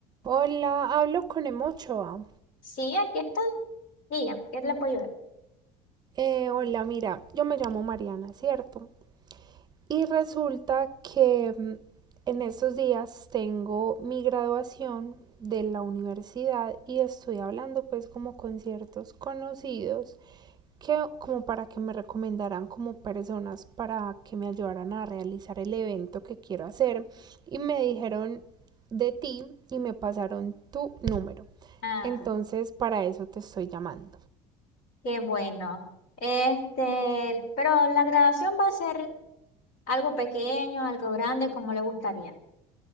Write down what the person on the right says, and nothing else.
Hola, hablo con Emochoa.
Mm,
eh, hola, mira, yo me llamo Mariana, ¿cierto? Y resulta que mm, en estos días tengo mi graduación de la universidad y estoy hablando pues como con ciertos conocidos que como para que me recomendaran como personas para que me ayudaran a realizar el evento que quiero hacer y me dijeron de ti y me pasaron tu número.
Entonces para eso te estoy llamando.